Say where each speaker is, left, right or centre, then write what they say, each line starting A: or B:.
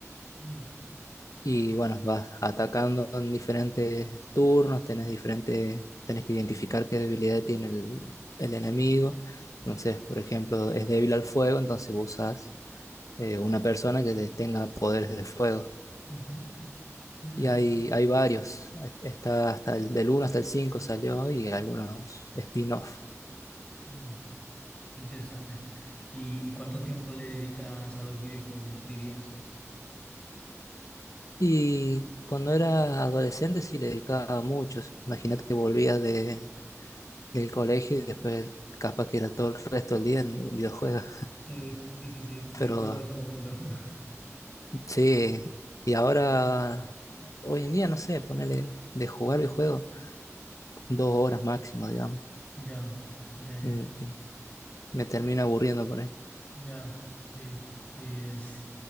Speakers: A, on the left (about 25°); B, on the left (about 80°).
A: mm,
B: Y bueno, vas atacando en diferentes turnos, tenés diferentes, tenés que identificar qué debilidad tiene el, el enemigo. Entonces, por ejemplo, es débil al fuego, entonces vos usás eh, una persona que te- tenga poderes de fuego.
A: ujú, mm,
B: Y hay, hay varios. Está hasta el del uno hasta el 5 salió y algunos spin-off.
A: mm. Interesante. ¿Y, y cuánto tiempo le dedicas a los videojuegos, dirías?
B: Y cuando era adolescente sí le dedicaba mucho. Imagínate que volvía de, del colegio y después capaz que era todo el resto del día en videojuegos.
A: Sí, sí, sí, sí. Recuerdo
B: Pero
A: ese momento. <laughs>
B: sí, y ahora, hoy en día, no sé, ponerle de jugar videojuegos dos horas máximo, digamos.
A: Ya, ya, ya,
B: Y me,
A: ya.
B: y me termino aburriendo por ahí.
A: Ya, sí, sí, es.